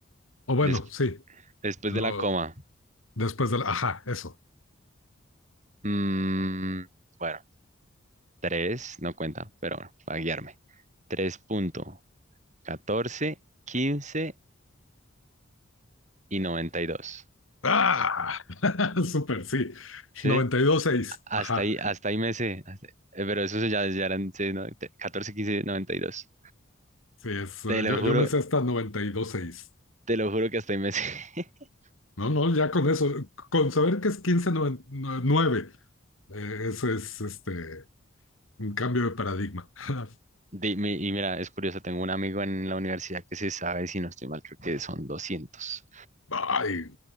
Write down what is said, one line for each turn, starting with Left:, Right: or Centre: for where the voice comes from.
Left: O bueno,
Right: Des-
Left: sí,
Right: después
Left: lo,
Right: de la coma.
Left: después del, ajá, eso.
Right: Mm, bueno, 3, no cuenta, pero bueno, para guiarme. tres punto catorce quince y noventa y dos
Left: ¡Ah! <laughs> Súper, sí.
Right: ¿Sí?
Left: noventa y dos seis.
Right: Hasta
Left: ajá.
Right: ahí, hasta ahí me sé. hasta- eh, Pero eso ya, ya eran sí, no, te- 14, 15, 92.
Left: Sí, es, eh,
Right: Te lo
Left: yo, yo
Right: juro,
Left: me sé hasta noventa y dos seis.
Right: te lo juro que hasta ahí me sé. <laughs>
Left: No, no, ya con eso, con saber que es 15.9, nueve eh, eso es este. Un cambio de paradigma. <laughs>
Right: Di- mi- Y mira, es curioso, tengo un amigo en la universidad que se sabe, si no estoy mal, creo que son doscientos
Left: Ay,